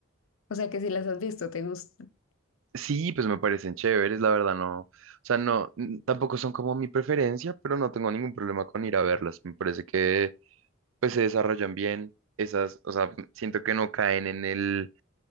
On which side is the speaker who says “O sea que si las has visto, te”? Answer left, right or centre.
Left